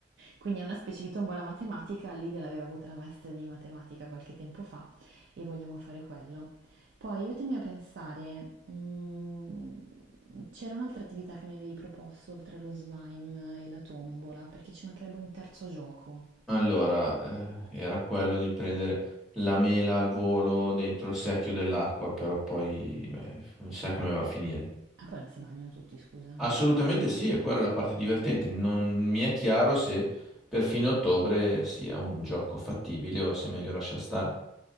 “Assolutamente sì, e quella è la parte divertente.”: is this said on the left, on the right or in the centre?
Centre